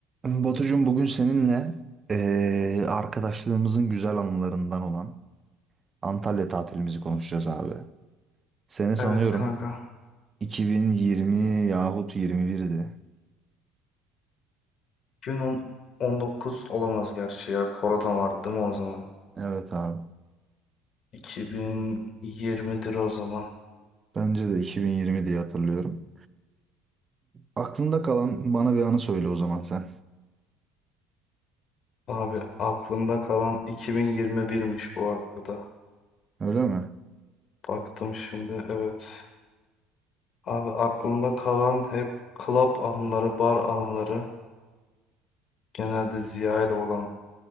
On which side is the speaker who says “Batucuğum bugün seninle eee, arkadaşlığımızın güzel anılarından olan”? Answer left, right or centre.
Right